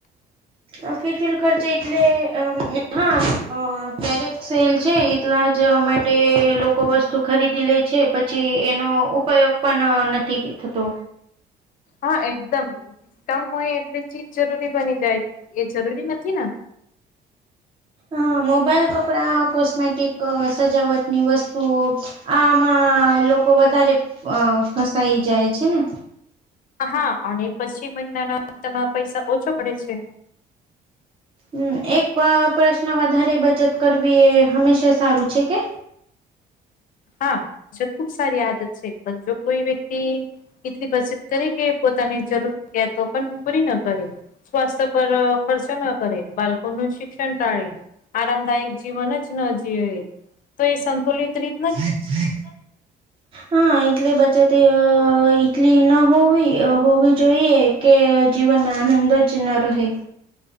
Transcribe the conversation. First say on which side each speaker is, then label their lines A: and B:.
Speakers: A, on the right (about 30°); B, on the left (about 55°).
A: આ ફિઝુલ ખર્ચ એટલે આમ હા આ ક્યારેક સેલ છે એટલા જ અમે તે લોકો વસ્તુ ખરીદી લે છે પછી એનો ઉપયોગ પણ ના નથી થતો.
B: હા એકદમ ડિસ્કાઉ હોય એટલે ચીજ જરૂરી બની જાય એ જરૂરી નથી ને
A: અ મોબાઈલ કપડાં કોસ્મેટિક સજાવટની વસ્તુઓ આમાં લોકો વધારે ફસાઈ જાય છે ને
B: હા અને પછી મહિના ના તમા પૈસા ઓછો પડે છે.
A: હમ એક પ્રશ્ન વધારે બચત કરવી એ હંમેશા સારું છે કે
B: હા હ ખૂબ સારી આદત છે પણ જો કોઈ વ્યક્તિ એટલી બચત કરી કે પોતાની જરૂરિયાતો પણ પૂરી ન કરી સ્વાસ્થ્ય પર ખર્ચો ના કરે બાળકો ન શિક્ષણ ટાળે આરામદાયક જીવન જ ન જીવે તો એ સંતુલિત રીતે
A: રાટટ હા એટલે બચત અ ટલી ન હોવી હોવી જોઈએ કે જીવનમાં આનંદો જ ન રહે